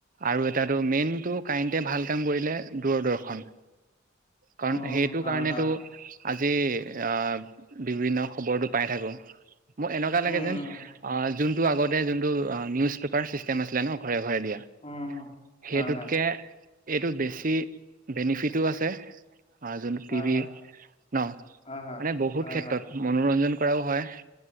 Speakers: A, on the right; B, on the left.
A: আৰু এটাটো মেইনটো কাৰেণ্টে ভাল কাম কৰিলে, দূৰদৰ্শন। কাৰণ
B: উম
A: সেইটো
B: হয়
A: কাৰণেটো
B: হয়
A: আজি অ' বিভিন্ন খবৰটো পাই থাকো, মোৰ এনেকুৱা
B: উম
A: লাগে যেন আ' যোনটো আগতে যোনটো অ' নিউজ পেপাৰ ছিষ্টেম আছিলে ন' ঘৰে ঘৰে দিয়া।
B: উম
A: সেইটোতকে
B: হয়
A: এইটো বেছি। বেনিফিটো আছে অ' যোনটো টি
B: হয়
A: ভি ন'।
B: হয় হয়
A: মানে বহুত
B: হয়
A: ক্ষেত্ৰত
B: হয়
A: মনোৰঞ্জন কৰাও হয়,